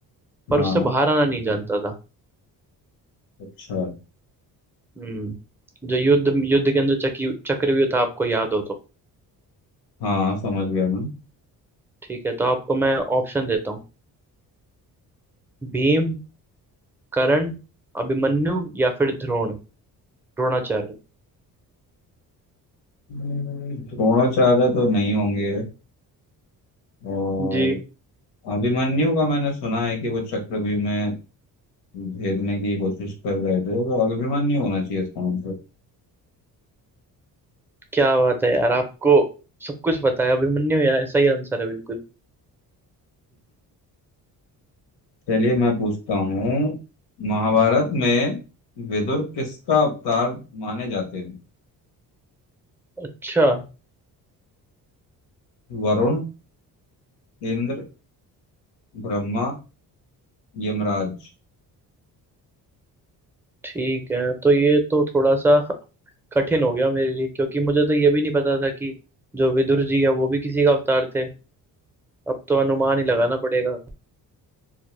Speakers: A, on the left; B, in the centre.
A: हाँ
B: पर उससे बाहर आना नहीं जानता था
A: अच्छा
B: हम्म जो युद्ध युद्ध के अंदर चकी चक्रव्यूह था आपको याद हो तो
A: हाँ समझ गया मैं
B: ठीक है तो आपको मैं ऑप्शन देता हूँ भीम कर्ण अभिमन्यु या फिर द्रोण द्रोणाचार्य
A: हम्म, द्रोणाचार्य तो नहीं होंगे और
B: जी
A: अभिमन्यु का मैंने सुना है कि वो चक्रव्यूह में भेदने की कोशिश कर रहे थे तो अभिमन्यु होना चाहिए इसका आंसर
B: क्या बात है यार आपको सब कुछ पता है अभिमन्यु यार सही आंसर है बिल्कुल
A: चलिए मैं पूछता हूँ महाभारत में विदुर किसका अवतार माने जाते हैं
B: अच्छा
A: वरुण इंद्र ब्रह्मा यमराज
B: ठीक है तो ये तो थोड़ा सा <laughs> कठिन हो गया मेरे लिए क्योंकि मुझे तो ये भी नहीं पता था कि जो विदुर जी है वो भी किसी का अवतार थे अब तो अनुमान ही लगाना
A: हाँ,
B: पड़ेगा